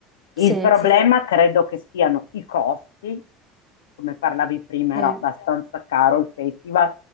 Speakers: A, on the left; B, on the right.
A: Il
B: sì,
A: problema
B: sì, sì,
A: credo che siano i costi, come parlavi prima,
B: sì,
A: era abbastanza caro il festival